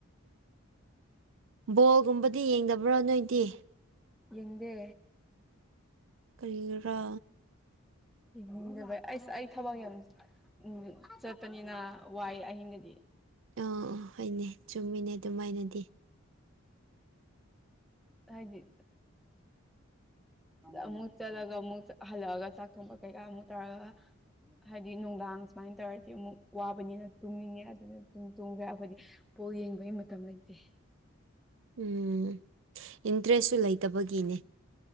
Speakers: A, on the right (about 60°); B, in the centre.
A: ꯕꯣꯜꯒꯨꯝꯕꯗꯤ ꯌꯦꯡꯗꯕ꯭ꯔꯥ ꯅꯣꯏꯗꯤ
B: ꯌꯦꯡꯗꯦ
A: ꯀꯔꯥ
B: ꯌꯦꯡꯖꯕꯩ ꯑꯩꯁ ꯑꯩ ꯊꯕꯛ ꯌꯥꯝ ꯎ ꯆꯠꯄꯅꯤꯅ ꯋꯥꯏ ꯑꯍꯤꯡꯗꯗꯤ
A: ꯑꯥ ꯑꯥ ꯍꯣꯏꯅꯦ ꯆꯨꯝꯃꯤꯅꯦ ꯑꯗꯨꯃꯥꯏꯅꯗꯤ
B: ꯍꯥꯏꯗꯤ ꯑ ꯑꯃꯨꯛ ꯆꯠꯂꯒ ꯑꯃꯨꯛ ꯍꯜꯂꯛꯑꯒ ꯆꯥꯛ ꯊꯣꯡꯕ ꯀꯩꯀꯥ ꯑꯃꯨꯛ ꯇꯥꯔꯒ ꯍꯥꯏꯗꯤ ꯅꯨꯡꯗꯥꯡ ꯁꯨꯃꯥꯏꯅ ꯇꯧꯔꯗꯤ ꯑꯃꯨꯛ ꯋꯥꯕꯅꯤꯅ ꯇꯨꯡꯅꯤꯡꯉꯦ ꯑꯗꯨꯅ ꯑꯗꯨꯝ ꯇꯨꯡꯈ꯭ꯔꯦ ꯑꯩꯈꯣꯏꯗꯤ ꯑꯣ ꯌꯦꯡꯕꯒꯤ ꯃꯇꯝ ꯂꯩꯇꯦ
A: ꯎꯝ ꯏꯟꯇ꯭ꯔꯦꯁꯁꯨ ꯂꯩꯇꯕꯒꯤꯅꯦ